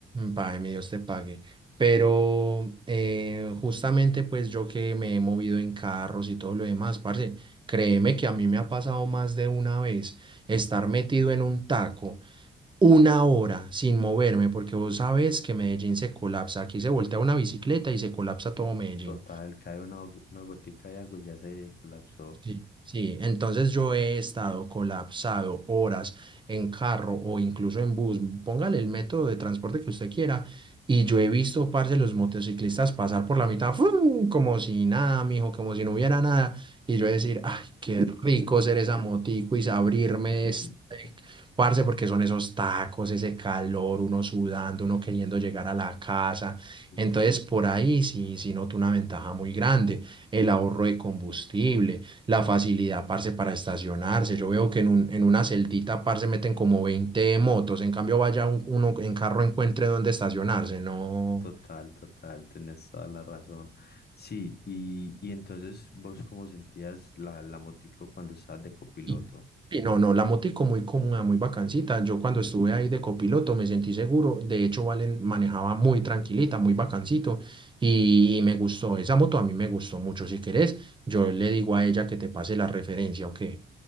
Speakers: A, on the right (about 20°); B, on the left (about 50°).
A: Págame, Dios te pague. Pero eh, justamente pues yo que me he movido en carros y todo lo demás, parce, créeme que a mí me ha pasado más de una vez estar metido en un taco una hora sin moverme, porque vos sabes que Medellín se colapsa, aquí se voltea una bicicleta y se colapsa todo Medellín.
B: Total, cae una, go- una gotica de agua y ya se colapsó.
A: Sí, sí, entonces yo he estado colapsado horas en carro o incluso en bus, póngale el método de transporte que usted quiera, y yo he visto, parce, los motociclistas pasar por la mitad, ¡fum! como si nada, mijo, como si no hubiera nada, y yo decir, ay, qué rico ser esa motico y abrirme
B: <laughs>
A: Parce, porque son esos tacos, ese calor, uno sudando, uno queriendo llegar a la casa.
B: Sí,
A: Entonces,
B: sí.
A: por ahí sí, sí noto una ventaja muy grande. El ahorro de combustible, la facilidad, parce, para estacionarse. Yo veo que en, un- en una celdita, parce, meten como 20 motos. En cambio, vaya un- uno en carro encuentre dónde estacionarse. No.
B: Total, total, tenés toda la razón. Sí, y, y entonces vos cómo sentías la, la motico cuando estabas de copiloto.
A: Y, y no, no, la motico muy cómoda, muy bacancita. Yo cuando estuve ahí de copiloto me sentí seguro. De hecho, Valen manejaba muy tranquilita, muy bacancito. Y, y me gustó, esa moto a mí me gustó mucho. Si querés, yo le digo a ella que te pase la referencia, ¿o qué?